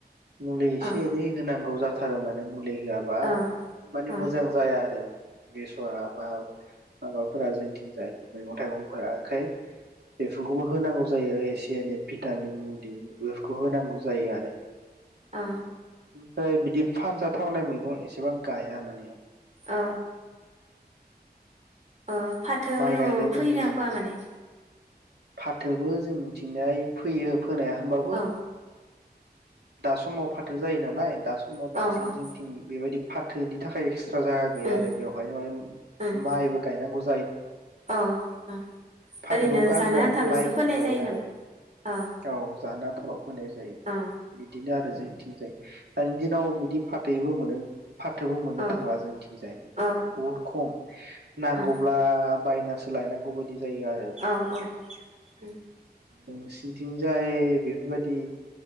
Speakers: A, on the right; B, on the right.
A: मुलि इसे
B: औ
A: इनै होनांग गौ जाथ थारमाने मुलै होआबा
B: औ
A: माने
B: औ
A: मोजां जाया आरो बेसरा बा माबाफोरा जोंथिं जाय मैगं थाइगंफोरा ओंखाय बेफोरखौबो होनांगौ जायो एसे एनै भिटामिन मुलि बेफोरखौ होनांगौ जायो आरो
B: औ
A: ओमफाय बिदिब फानजाथावनाय मैगं एसेबां गाया माने
B: अ अ फाथो
A: माइ
B: उनु
A: गायनाय
B: फोयोना
A: दुब्लि
B: फोआ माने?
A: फाथोबो जोंनिथिंजाय फोयो। फोनाया होमबाबो
B: औ
A: दा समाव फाथो जायो नालाय दा समाव
B: औ
A: बांसिन
B: औ
A: जोंथिं बेबायदि फाथोनि थाखाय एकस जागा गैया
B: उम
A: आरो बेवहायनो माइम
B: उम
A: माइबो गायनांगौज
B: औ अ
A: फाथोखौ
B: ओरैनो।
A: गारनानै
B: जानो आन्थाल'सो
A: माइखौनो
B: फोनाय
A: गायो
B: जायो
A: आरो
B: नामा औ
A: औ जानो आनथाल फोनाय जायो
B: औ
A: बिदि। बेनो आरो जों थिंजाय दानि दिनाव बिदि फाथैबो मोनो। फाथोबो मोननो
B: औ
A: थांला जोंथिंजाय
B: औ
A: बहुद खम नांगौब्ला
B: औ
A: बायनासो लायनांगौ बायदि जायो आरो
B: औ औ उम
A: उम नोंसिनथिंजाय बेफोरबायदि